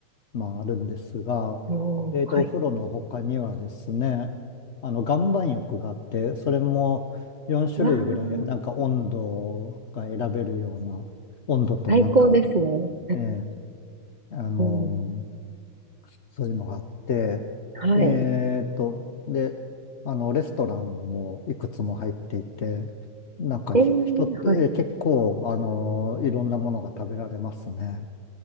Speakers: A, on the left; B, on the right.
A: まあ、あるんですが、
B: おー、
A: えーと、
B: はい。
A: お風呂の他にはですね、あの、岩盤浴があって、それも4種類ぐらい、
B: わあ、
A: なんか温度が選べるような、温度となんか、
B: 最高ですね。
A: ええあのー
B: うん。
A: そういうのがあって、
B: はい。
A: えーと、で、あの、レストランもいくつも入っていて、なんかひ、
B: えー、
A: 人って結構、
B: はい。
A: あのーいろんなものが食べられますね。